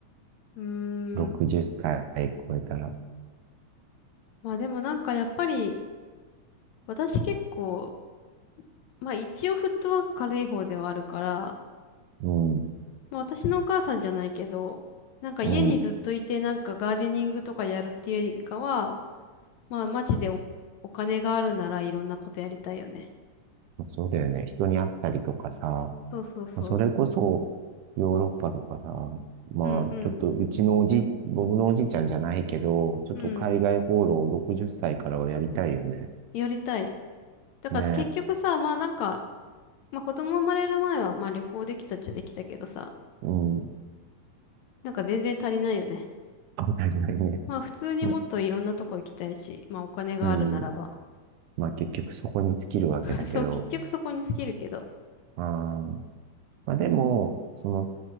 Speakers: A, on the left (about 75°); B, on the right (about 80°).
A: うん。
B: ?60
A: うーん。
B: 歳超えたら。
A: まあでもなんかやっぱり、私結構、まあ一応フットワーク軽い方ではあるから、
B: うん、
A: まあ私のお母さんじゃないけど、なんか家にずっといてなんかガーデニングとかやるっていうよりかは、
B: うん、
A: まあ、マジでお、お金があるならいろんなことやりたいよね。
B: そうだよね。人に会ったりとかさ、
A: そうそうそ
B: まあそれこそヨーロッパとかさ、まあちょっとうちのおじ、
A: う。うんうん。
B: 僕のおじいちゃんじゃないけど、ちょっと海外放浪60歳からはやりたいよね。
A: うん。やりたい。だから結局さ、
B: ね、
A: まあなんか、まあ子供生まれる前は、まあ旅行できたっちゃできたけどさ、
B: うん、
A: なんか全然足りないよね。
B: <laughs> やりたいね。
A: まあ普通にもっといろんなとこ行きたいし、
B: ま、
A: まあお金があるならば。
B: うん、まあ結局そこに尽きるわけだけど、
A: <laughs> そう、結局そこに尽きるけど。
B: あーまあでも、その、